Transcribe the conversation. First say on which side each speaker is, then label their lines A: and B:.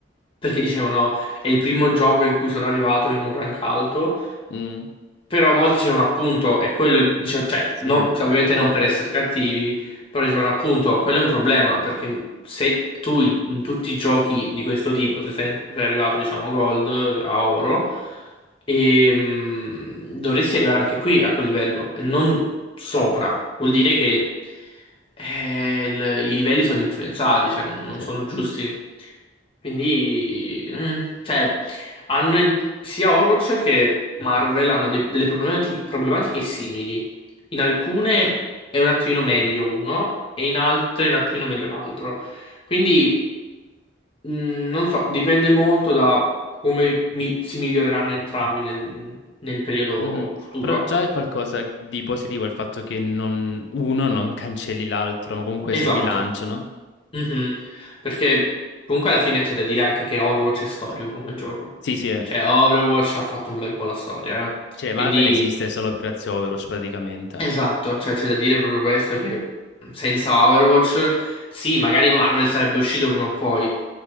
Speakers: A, on the left; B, on the left.
A: perché dicevano è il primo gioco in cui sono arrivato in un rank alto
B: Mm,
A: però molti dicevano appunto, e quello, è il- dice- cioè,
B: sì.
A: non- cioè, ovviamente non per essere cattivi, però dicevano appunto, quello è un problema, perché se tu in, in tutti i giochi di questo tipo se sei sempre arrivato, diciamo, gold a oro, ehm, dovresti arrivare anche qui a quel livello, e non sopra. Vuol dire che eh, il- i livelli sono influenzati, cioè non, non
B: Sì.
A: sono giusti. Quindi, mm, cioè, hanno in- sia Overwatch che Marvel hanno de- delle problemati- problematiche, simili. In alcune è un attimino meglio uno, e in altre è un attimino meglio l'altro. Quindi, mh, non so, dipende molto da come mi- si miglioreranno entrambi nel, nel periodo
B: Mhm.
A: futuro.
B: Però già è qualcosa di positivo il fatto che non- uno non cancelli l'altro, ma comunque
A: Esatto.
B: si bilanciano.
A: Mhm. Perché comunque alla fine c'è da dire anche che Overwatch è storico come gioco.
B: Sì, sì, eh.
A: Cioè, Overwatch ha fatto un bel po' la storia, eh.
B: cioè Marvel
A: Quindi
B: esiste solo grazie a Overwatch praticamente.
A: Esatto, cioè c'è da dire proprio questo che senza Overwatch, sì, magari Marvel sarebbe uscito prima o poi,